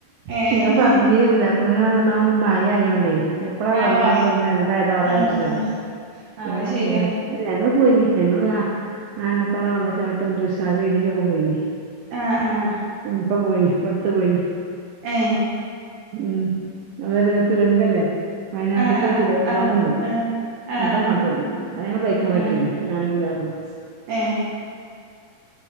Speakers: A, on the right; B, on the right.
A: ഏഹ്
B: ഞാപറഞ്ഞീന <unintelligible> നന്നാവും മയ ആയോണ്ടേ എപ്പഴ
A: ആഹ്
B: വെള്ളം
A: മഴ
B: കൂട്ണ്എന്തായേതാ പറയാൻ
A: ആഹ്
B: പറ്റൂലല്ലോ
A: ആഹ്
B: പോണംപോ
A: ആഹ് അത് ശെരിയാ
B: അത് ഞങ്ങള്പോയീന് ഞങ്ങള് ആ ആനപ്പാറ വെള്ളച്ചാട്ടോം തുശാരഗിരീക്കൊക്കെ പോയീനി.
A: ആഹ് ആഹ്
B: ഇപ്പ പോയീനീ പ്പട്ത്ത്പോയീനീ
A: ഏഹ്
B: ഉം അതേ പിന്നെ തുരങ്കല്ലേ വയനാട്ട്ക്കെ
A: ആഹ് ആഹ്
B: തുരങ്കപാത
A: ആഹ്
B: ണ്ടല്ലോ.
A: ആഹ് ആഹ്
B: അതൊകണ്ടുവന്നു
A: ആഹ്
B: അത്ഞങ്ങ ബൈക്ക്മ്മെ പോയ്ക്കേയ്ന്
A: ആഹ്
B: ഞാനും പുതാപ്ളിം.
A: ഏഹ്